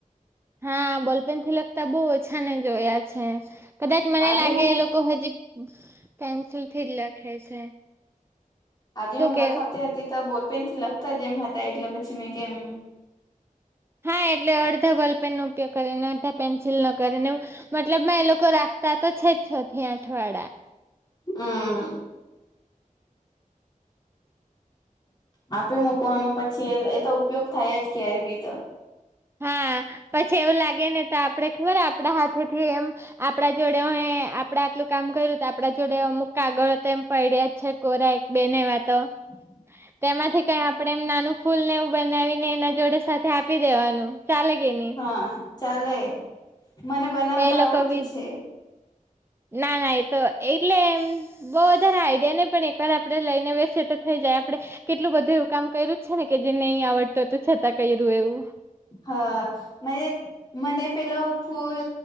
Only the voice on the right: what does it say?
હા બોલપેનથી લગતા બહુ ઓછા ને જોયા છે કદાચ મને
લાગે
એ લો લોકો તો હજી પેન્સિલથી જ લખે છે.
કેવું
હા એટલે અડધા બોલપેન નો ઉપયોગ કરે ને અડધા પેન્સિલનો કરે ને એવું મતલબમાં એ લોકો રાખતા તો છે જ છ થી આઠ વાડા
હા પછી એવું લાગે ને તો આપડે ખબર આપડા હાથેથી એમ આપડા જોડે અહે આપડે આટલું કામ કર્યું તો આપડા જોડે અમુક કાગળ તો એમ પડ્યા જ છે કોરા બેને વાતો
તેમાંથી કઈ આપણેે એમ નાનું ફૂલ ને એવું બનાવીને એના જોડે સાથે આપી દેવાનું ચાલે કેે ની
તો એ લોકો
બી
ના ના એ તો એટલે એમ બઉ વધારે આઈડિયા નહી પણ એક વાર આપડે લઈને બેસી તો થઇ જાય આપડે કેટલું બધું એવું કામ કર્યું છે ને કે જે નહી આવડત તું છતાં કર્યું એવું